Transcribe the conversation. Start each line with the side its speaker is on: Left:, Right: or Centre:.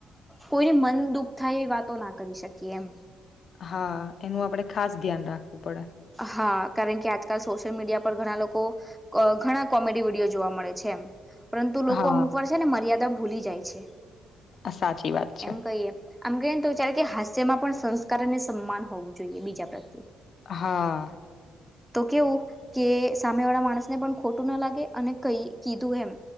Centre: કોઈને મન દુઃખ થાય એવી વાતો ના કરી શકીએ કેમ
Left: હા એનું આપડે ખાસ ધ્યાન રાખવું પડે
Centre: હા કારણ કે આજકાલ સોશિયલ મીડિયા પર ઘણા લોકો ઘણા કોમેડી વિડીિયો જોવા મળે છે એમ પરંતુ લોકો
Left: હા
Centre: અમુક વાર છે ને મર્યાદા ભૂલી જાય છે
Left: આ સાચી વાત છે
Centre: એમ કહીએ આમ કહીએ ને તો વિચારે કે હાસ્યમાં પણ સંસ્કાર અને સન્માન હોવું જોઈએ બીજા પ્રત્યે
Left: હા
Centre: તો કેવું કે સામે વાળા માણસ ને પણ ખોટું ના લાગે અને કઈ કીધું એમ